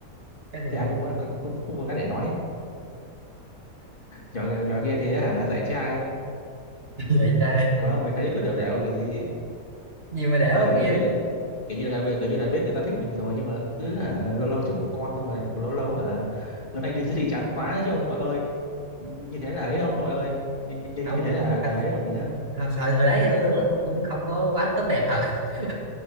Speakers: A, on the right; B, on the left.
A: cái gì
B: thì ai
A: không
B: cũng có cũng, cũng có cái để nói nhỏ nhỏ kia thì ấy hả dạy trai
A: <laughs> vậy trai
B: còn ông mới thấy cứ đều đều cái gì ấy.
A: gì mà đẻo không
B: cứ như
A: nghe
B: là biết kiểu như là kiểu như là biết người ta thích mình rồi nhưng mà cứ hả lâu lâu chúc ngủ ngon xong rồi lâu lâu hả bữa nay đi siêu thị chán quá đấy chứ ông nội ơi như thế là ấy ông nội ơi như, như, như
A: không
B: như thế là là
A: thật,
B: ấy còn gì nữa
A: hồi, hồi hồi đấy thì tôi đúng là tôi cũng không có quá tốt đẹp thật <laughs>